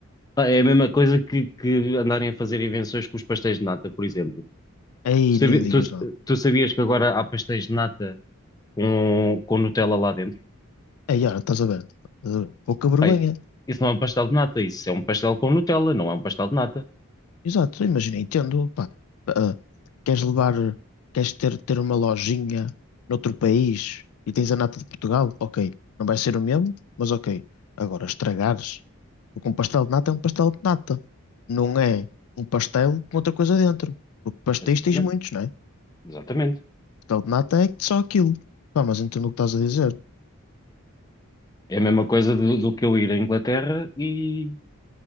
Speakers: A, on the left; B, on the left.
A: Ah, é a mesma coisa que, que andarem a fazer invenções com os pastéis de nata, por exemplo.
B: Aí
A: Tu, sabi-
B: nem me digas
A: tu-
B: nada.
A: tu sabias que agora há pastéis de nata com, com Nutella lá dentro?
B: Aí, olha, estás a ver? Estás a ver? Pouca vergonha.
A: Bem, isso não é um pastel de nata, isso é um pastel com Nutella, não é um pastel de nata.
B: Exato, imagina, entendo, pá, ah, queres levar, queres ter, ter uma lojinha noutro país e tens a nata de Portugal, ok, não vai ser o mesmo, mas ok. Agora, estragares, porque um pastel de nata é um pastel de nata, não é um pastel com outra coisa dentro, porque pastéis
A: Exatamente,
B: tens muitos, não é?
A: exatamente.
B: Pastel de nata é só aquilo. Pá, mas entendo o que estás a dizer.
A: É a mesma coisa do, do que eu ir à Inglaterra e